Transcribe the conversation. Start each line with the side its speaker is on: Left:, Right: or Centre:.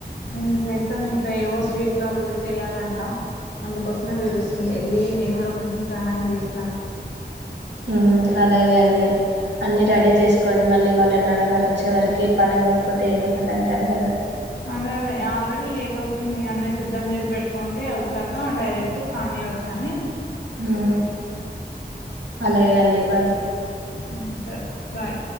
Left: ఉమ్ చేస్తాం ఇంకా ఏవో స్వీట్లు అవి ఇవి చేయాలంట అందుకోసమే పిలుస్తుంది యెళ్ళి నేను గూడా కొంచెం సహాయం జేస్తాను
Right: ఉమ్ అలాగే అండి అన్నీ రెడీ చేసుకోండి మళ్ళీ వాళ్ళ నాన్నగారు వచ్చే వరకి పని అవ్వకపోతే ఏదో ఒకటి అంటారు గదా
Left: అదే అదే ఆల్రెడీ లేట్ అవుతుంది అన్ని సిద్ధం చేసి పెట్టుకుంటే వచ్చాక డైరెక్ట్ కానీ వచ్చ అని
Right: ఉమ్ అలాగే అండి బాయ్
Left: ఉమ్ సరే బాయ్